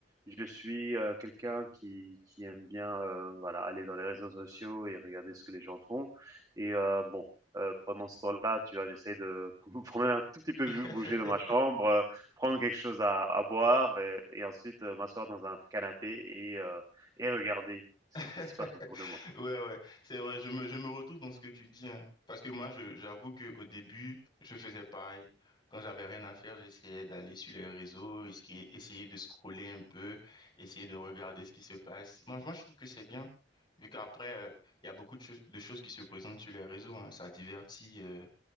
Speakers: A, on the right; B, on the left.
A: je suis, heu, quelqu'un qui qui aime bien, heu, voilà, aller dans les réseaux sociaux et regarder ce que les gens font et heu, bon, heu, pendant ce temps-là, tu vois, j'essaie de <laughs> quand même un tout petit peu bu
B: <laughs>
A: bouger dans ma chambre, heu, prendre quelque chose à à boire et et ensuite, heu, m'asseoir dans un canapé et heu et regarder ce
B: <laughs>
A: qui se passe autour de moi.
B: Ouais, ouais, c'est vrai, je me, je me retrouve dans ce que tu dis, hein. Parce que moi, je, j'avoue qu'au début, je faisais pareil. Quand j'avais rien à faire, j'essayais d'aller sur les réseaux, esqui- essayer de scroller un peu, essayer de regarder ce qui se passe. Moi, moi je trouve que c'est bien, vu qu'après, euh, il y a beaucoup de, choses de choses qui se présentent sur les réseaux, hein. Ça divertit, euh,